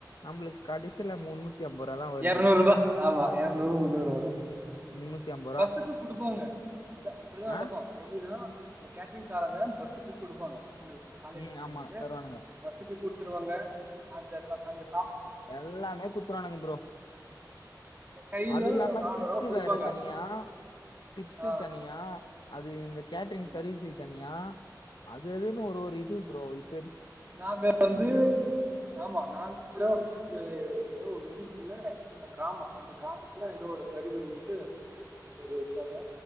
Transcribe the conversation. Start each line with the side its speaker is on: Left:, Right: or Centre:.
Left: நம்பலுக்கு கடசில ஒண்ணு நூத்தி அம்பது ரூபா தான் வருது
Right: இரநூறு ரூபாய் ஆமா இரநூறு முனனூறு வரும்
Left: முன்னூத்தி ஐம்பது ரூவா
Right: பஸ்சுக்கு குடுப்போங்க இத இப்படித்தான்
Left: ஆ
Right: நடக்கும் எப்படின்னா இந்த கேட்டரிங்காரங்க பஸ்ஸுக்கு குடுப்பாங்க காலேஜ்
Left: ம்
Right: பசங்கள்ளுக்கு
Left: ஆமா தருவானுங்க
Right: வருஷத்து கூடு ருவாங்க அந்த அந்த
Left: எல்லாமே குத்துறோனுங்க ப்ரோ
Right: கையில
Left: அது இல்லாம
Right: நானூறு
Left: டிப்ஸ்சு
Right: ரூபா குடுப்பாங்க
Left: வேற தனியா டிப்ஸு
Right: ஆ
Left: தனியா அது இந்த கேட்ரிங்
Right: ஆமா
Left: சர்வீஸக்கு தனியா அது அதுன்னு ஒரு ஒரு இது ப்ரோ இப்
Right: நாங்க வந்து ஆமா நாங்க கூட வந்து ஒரு ஏதோ ஒரு ஊர்குல்லா கிராமோ அந்த கிராமத்துல ஏதோ ஒரு கருவி இருந்துக்கு ஒருதங்க